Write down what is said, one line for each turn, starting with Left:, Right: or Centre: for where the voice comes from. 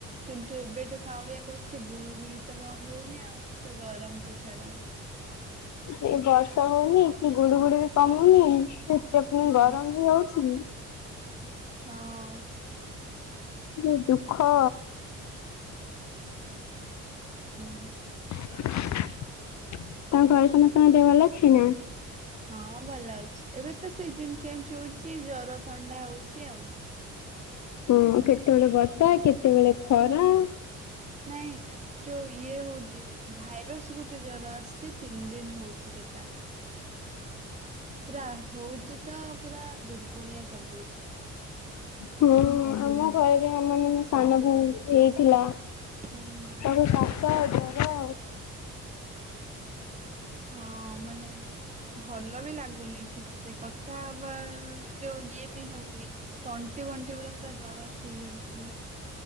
Right: କିନ୍ତୁ ଏବେଠୁ କାଉଁଳିଆ କରୁଛି ଗୁଳୁ ଗୁଳି ତ ବନ୍ଦ ହଉନି ଆଉ ଗରମ ତ ଛାଡ।
Left: ସେ ବର୍ଷା ହଉନି କି ଗୁଡୁ ଗୁଳି ବି କମୁନି। ସେ ପୁଣି
Right: ହୁଁ
Left: ଗରମ ବି ହଉଛି।
Right: ହଁ।
Left: ଯୋଉ ଦୁଃଖ
Right: ହୁଁ।
Left: ତମ ଘରେ ସମସ୍ତଙ୍କ ଦେହ ଭଲ ଅଛିନା?
Right: ହଁ ଭଲ ଅଛି ଏବେ ତ ସିଜନ ଚେଞ୍ଜ ହଉଛି ଜର ଥଣ୍ଡା ହଉଛି ଆଉ।
Left: ହଁ କେତେବେଳେ ବର୍ଷା କେତେବେଳେ ଖରା।
Right: ନାଇଁ ଯୋଉ ଇଏ ହଉଛି ଭାଇରସ ଗୋଟେ ଜର ଆସିଛି। ତିନି ଦିନ ହଉଛି ସେଟା। ପୁରା ହଉଚି ତ ପୁରା ଦୁର୍ବଳିଆ କରିଦଉଛି।
Left: ହୁଁ ଆମ ଘରେରେ ମାନେ ମୋ ସାନ ଭଉଣୀ ହେଇଥିଲା।
Right: ହୁଁ।
Left: ତାକୁ କାଶ ଜର।
Right: ହଁ ମାନେ ଭଲ ବି ଲାଗୁନି ଠିକ ସେ କଥା ହବା ଉ ଇଏ ବି ହଉନି ତଣ୍ଟି ବଣ୍ଟି ପୁରା ପୁରା ଜରସ୍ ହେଇଯାଉଛି।